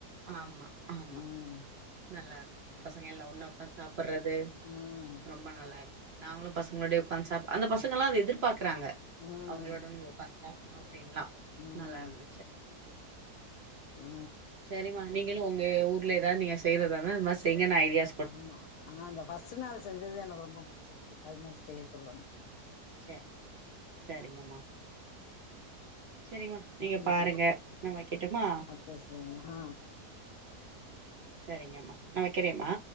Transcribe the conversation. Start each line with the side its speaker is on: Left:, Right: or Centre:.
Right: ஆமா ஆமா
Left: ம்
Right: நல்லா இருக் பசங்க எல்லா ஒன்னா உக்காந்து சாப்பிட்றது
Left: ம்
Right: ரொம்ப நல்லா இருக்கு நாங்களு பசங்களோடயே உக்காந்து சாப் அந்த பசங்கல்லா அத எதிர்பாக்குறாங்க
Left: ம்
Right: அவங்களோட நம்ம உக்காந்து சா அப்டின்லா
Left: ம்
Right: நல்லாருந்துச்சு
Left: ஆ
Right: செரிமா நீங்களு உங்க ஊர்ல ஏதாது நீங்க செய்றதாருந்தா இது மாரி செய்ங்க நா ஐடியா
Left: ஆமா ஆனா அந்த ஃபர்ஸ்ட் நாள் செஞ்சது எனக்கு ரொம்ப புடிச்சிருக்கு அது மாரி செய்ய சொல்லணு
Right: ச சரிங்கம்மா சரிமா நீங்க
Left: செஞ்சு
Right: பாருங்க
Left: வச்சுப்போ
Right: நா வைக்கட்டுமா
Left: அடுத்த விஷயம்னா
Right: சரிங்கம்மா நா வைக்கிறேம்மா